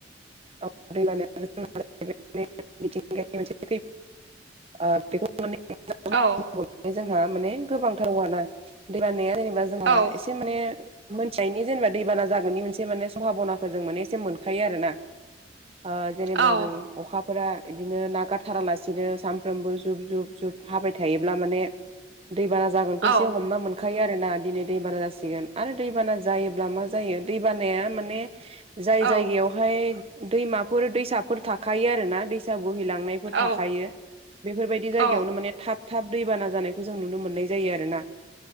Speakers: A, on the right (about 30°); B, on the right (about 70°).
A: <unintelligible> ओ बेखौ माने <unintelligible>
B: औ
A: जोंहा माने गोबांथाराना दैबानाया जेनेबा जोंहा
B: औ
A: एसे <unintelligible> दि माने मोनथिनायनि जेनेबा दैबाना जागोननि मोनसे माने सम्भाबनाखौ जों माने एसे मोनखायो आरो ना ओ जेनेब्ला
B: औ
A: जों अखाफोरा बिदिनो नागाराथारालासिनो सानफ्रामबो जुब जुब जुब हाबाय थायोब्ला माने दैबाना जागोनखौ
B: औ
A: एसे हमना मोन खायो आरोना दिनै दैबाना जासिगोन आरो दैबाना जायोब्ला मा जायो दैबानाया माने जाय
B: औ
A: जायगायावहाय दैमाफोर दैसाफोर थाखायो आरो ना दैसा बोहैलांनायफोर
B: औ
A: थाखायो बेफोरबायदि जायगायावनो
B: औ
A: माने थाब थाब दैबाना जानायखौ जों नुनो मोननाय जायो आरोना